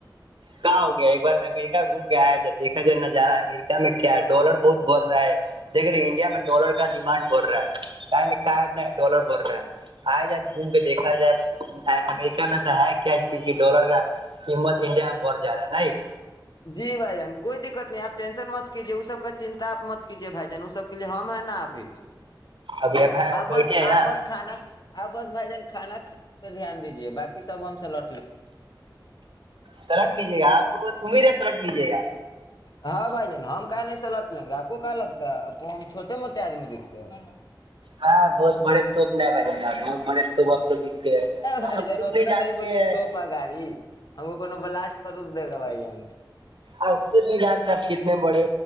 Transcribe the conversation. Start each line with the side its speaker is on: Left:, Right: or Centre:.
Right: کہاں ہو گیا ایک بار امریکہ گھوم کے آیا جاتا دیکھا جائے ن جا رہا امریکہ میں کیا ہے ڈالر بہت بڑ رہا ہے دیکھ رہے انڈیا میں ڈالر کا ڈیمانڈ بڑھ رہا ہے نہیں کا اتنا ڈالر بڑھ رہا ہے آیا جائ گھوم کے دیکھا جائے امریکہ میں سے ہے کیا کی ڈالر کا قیمت انڈیا بڑھ جا رہا ہے نہیں
Left: جی بھائی جان کوئی دقت نہیں آپ ٹینشن مت کیجیے وہ سب کا چنتا مت کیجیے بھائی جان وہ سب کے لیے ہم ہے نا ابھی
Right: ابھی اب ہے
Left: آ
Right: بیٹھے
Left: بس
Right: ہیں نا
Left: آپ بس کھانا آ بس بھائی جان کانا پہ دھیان دیجیے باقی سب ہم سے لڑ <inaudible>
Right: سلٹ لیجیے گا آپ کو امید ہے سلٹ لیجیے گا
Left: ہاں بھائی جان ہم کا نہیں س لٹ لیں گے آپ کو کیا لگتا ہے آپ کو ہم چھوٹے موٹے آدمی دکھتے ہیں
Right: ہاں بہت بڑے توپ ن بھ ج نا بہت بڑے توپ ہم کو دکھتے ہیں
Left: بھائی
Right: آپ
Left: جان
Right: خود
Left: اتنا
Right: جانتے
Left: نہیں بولیے
Right: ہیں
Left: توپا گاڑی ہم کو کو بلاسٹ کر دے گا بھائی جان
Right: اب کھ نہیں جانتے آپ کتنے بڑے